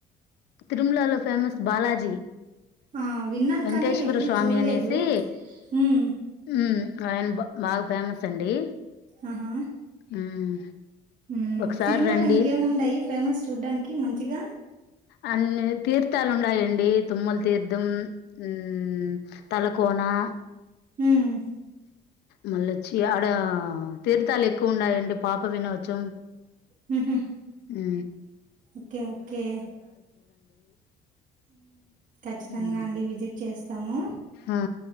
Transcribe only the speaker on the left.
తిరుమలలో ఫేమస్ బాలాజీ
వెంకటేశ్వర
స్వామి
అనేసి
మ్మ్ ఆయన బ బాగా ఫేమస్ అండి
ఉమ్,
ఒకసారి
రండి
అన్నిత్ తీర్థాలు ఉండాయండి తుమ్మల తీర్థం మ్మ్ తల కోనా
మల్లొచ్చి ఆడ తీర్థాలు ఎక్కువ ఉండాయండి పాప వినోచం
ఉ
మ్మ్
ఆ